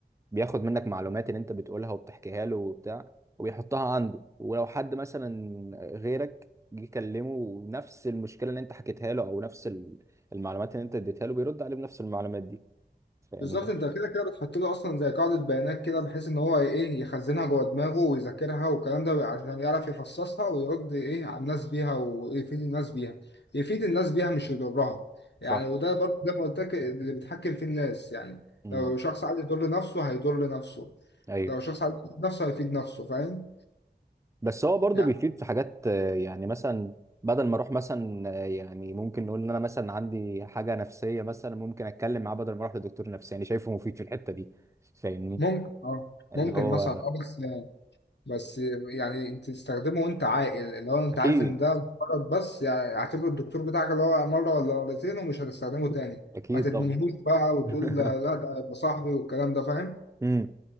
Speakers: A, on the right (about 15°); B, on the left (about 75°).
A: بياخد منك معلومات اللي انت بتقولها وبتحكيها له وبتاع وبيحطها عنده ولو حد مثلا غيرك جه كلمه ونفس المشكله اللي انت حكيتها له او نفس ال- المعلومات اللي انت اديتها له بيرد عليه بنفس المعلومات دي فاهمني
B: بالظبط انت كده كده بتحط له اصلا زي قاعده بيانات كده بحيث ان هو ايه يخزنها جوه دماغه ويذاكرها والكلام ده عشان يعرف يفصصها ويرد ايه على الناس بيها ويفيد الناس بيها يفيد الناس بيها مش يضرها
A: صح
B: يعني وده برضه زي ما قلت لك اللي بيتحكم في الناس يعني
A: امم
B: لو شخص عايز يضر نفسه هيضر نفسه
A: ايوه
B: لو شخص عايز يفيد نفسه هيفيد نفسه فاهم
A: بس هو برضه
B: يعني
A: بيفيد في حاجات آه، يعني مثلا بدل ما اروح مثلا آه، يعني ممكن نقول ان انا مثلا عندي حاجه نفسيه مثلا ممكن اتكلم معاه بدل ما اروح لدكتور نفساني شايفه مفيد في الحته دي فاهمني
B: ممكن اه
A: اللي
B: ممكن
A: هو
B: مثلا اه بس بس يعني انت تستخدمه وانت عاقل اللي هو انت
A: اكيد
B: عارف ان ده غلط بس يعني اعتبر الدكتور بتاعك اللي هو مره ولا مرتين ومش هتستخدمه تاني
A: اكيد
B: ما تدمنهوش
A: طبعا
B: بقى وتقول
A: <laughs>
B: لا لا ده يبقى صاحبي والكلام ده فاهم
A: امم